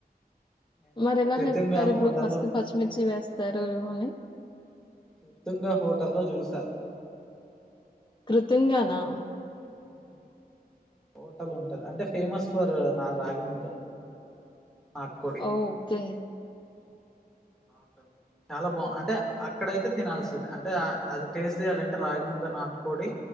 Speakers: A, in the centre; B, on the left.
A: నేను
B: మరి ఎలా
A: కృతంగా
B: చెప్తారు ఇప్పుడు
A: హోటల్
B: ఫస్ట్ పచ్చిమిర్చి వేస్తారు అని
A: కృతంగా హోటల్లో చూసా
B: కృతింగానా
A: హు హోటల్ ఉంటది అంటే ఫేమస్ ఫర్ నా రాగి ముద్ద నాటుకోడి
B: ఓకే
A: బాగుంటుంది చాలా బా అంటే అక్కడయితే తినాల్సింది అంటే అది టేస్ట్ చేయాలి అంటే రాగి ముద్ద నాటుకొడి